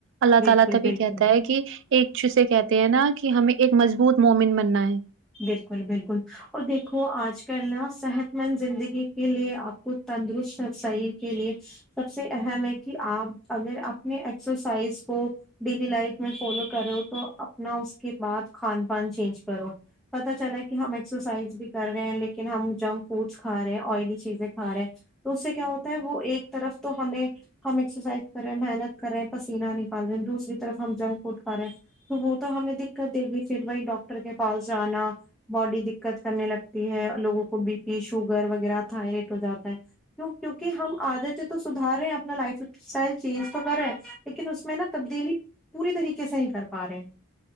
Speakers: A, on the right; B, in the centre.
A: اللہ
B: بالکل
A: تعالی تب
B: بالکل
A: کہ ایک چے کہتے ہیں نا کہ ہمیں ایک مضبوط مومن بننا ہے
B: بالکل بالکل اور دیکھو آج کل نا صحت مند زندگی کے لیے آپ کو تندرست سریر کے لیے سب سے اہم ہے کہ آپ اگر اپنے ایکسرسائز کو ڈیلی لائف میں فالو کرو تو اپنا اس کے بعد کھان پان چینج کرو پتا چلا کہ ہم ایکسرسائز بھی کر رہے ہیں لیکن ہم جنک فوڈس کھا رہے ہیں آئلی چیزیں کھا رہے ہیں تو اس سے کیا ہوتا ہے وہ ایک طرف تو ہمیں ہم ایکسرسائز کرے ہیں محنت کر رہے ہیں پسینہ نکال رہے دوسری طرف ہم جنک فوڈ کھا رہے ہیں تو وہ تو ہمیں دقت دے گی پھر وہی ڈاکٹر کے پاس جانا باڈی دقت کرنے لگتی ہے لوگوں کو بی پی شوگر وغیرہ تھائریٹ ہو جاتا ہے کیوں کیونکہ ہم عادتیں تو سدار رہے ہیں اپنا لائف اسٹائل چینج تو کر رہے ہیں لیکن اس میں نا تبدیلی پوری طریقے سے نہیں کر پا رہے ہیں